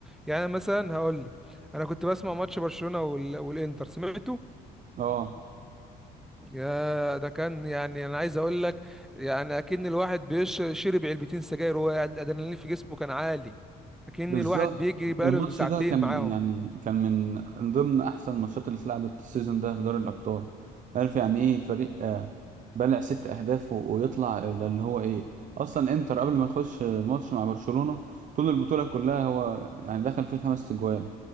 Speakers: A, in the centre; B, on the right (about 50°).
A: يعني أنا مثلا هقول لك انا كنت بسمع ماتش برشلونه وال... والانتر سمعته
B: اه
A: يا ده كان يعني انا عايز اقول لك يعني اكن الواحد بيشرب علبتين سجاير وهو قاعد الادرينالين في جسمه كان عالي اكن
B: بالظبط
A: الواحد بيجري بقاله
B: الماتش
A: ساعتين
B: ده كان
A: معاهم
B: يعني كان من ضمن احسن الماتشات اللي اتلعبت السيزون ده في دوري الابطال عارف يعني ايه فريق آه، بلع ست اهداف و- ويطلع ده اللي هو ايه اصلا انتر قبل ما تخش الماتش مع برشلونة طول البطولة كلها هو يعني دخل فيه خمس تجوان